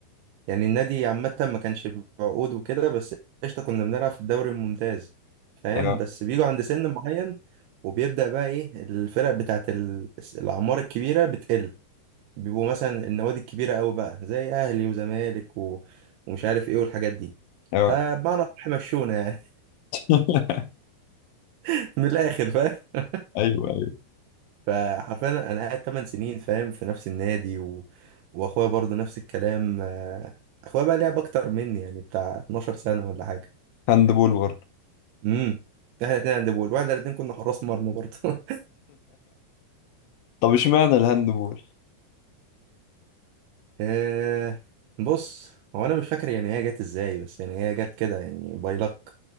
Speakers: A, on the right; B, on the left.
A: يعني النادي عامه ما كانش بعقود وكده بس قشطه كنا بنلعب في الدوري الممتاز فاهم
B: اه
A: بس بيجوا عند سن معين وبيبدأ بقى ايه الفرق بتاعت ال- الأعمار الكبيرة بتقل بيبقوا مثلا النوادي الكبيرة أوي بقى زي أهلي وزمالك و... ومش عارف إيه والحاجات دي
B: اه
A: فبمعنى أصح مشونا يعني
B: <laughs>
A: <laughs> من الآخر فاهم <laughs>
B: ايوه ايوه
A: فحرفيا أنا قاعد 8 سنين فاهم في نفس النادي و... وأخويا برضو نفس الكلام آه، أخويا بقى لعب أكتر مني يعني بتاع 12 سنة ولا حاجة
B: هاندبول برضه
A: امم إحنا الاتنين عند بول واحنا الاتنين كنا حراس مرمى برضو <laughs>
B: طب اشمعنى الهاندبول؟
A: آه، بص هو أنا مش فاكر يعني هي جت إزاي بس يعني هي جت كده يعني باي luck